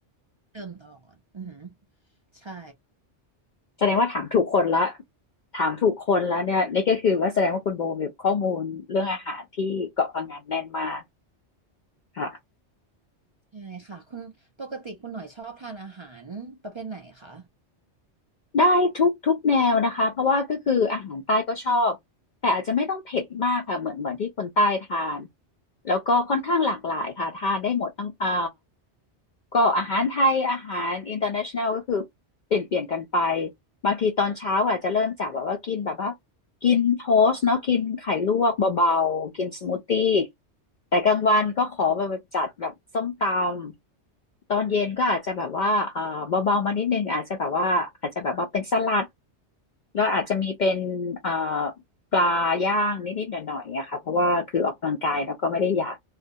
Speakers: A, on the right; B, on the left.
A: เดิมตลอดอือหือใช่
B: แสดงว่าถามถูกคนละถามถูกคนแล้วเนี่ยนี่ก็คือว่าแสดงว่าคุณโบมีข้อมูลเรื่องอาหารที่เกาะพะงันแน่นมากค่ะ
A: ใช่ค่ะคุณปกติคุณหน่อยชอบทานอาหารประเภทไหนคะ
B: ได้ทุกทุกแนวนะคะเพราะว่าก็คืออาหารใต้ก็ชอบแต่อาจจะไม่ต้องเผ็ดมากค่ะเหมือนเหมือนที่คนใต้ทานแล้วก็ค่อนข้างหลากหลายค่ะทานได้หมดตั้งเอ่อก็อาหารไทยอาหาร international ก็คือเปลี่ยนเปลี่ยนกันไป บางทีตอนเช้าอาจจะเริ่มจากแบบว่ากินแบบว่ากินโทสต์เนาะกินไข่ลวกเบาๆกินสมูทตี้แต่กลางวันก็ขอแบบจัดแบบส้มตำตอนเย็นก็อาจจะแบบว่าเออเบาๆมานิดนึงอาจจะแบบว่าอาจจะแบบว่าเป็นสลัดแล้วอาจจะมีเป็นเอ่อปลาย่างนิดๆหน่อยๆอะค่ะเพราะว่าคือออกกำลังกายแล้วก็ไม่ได้อยาก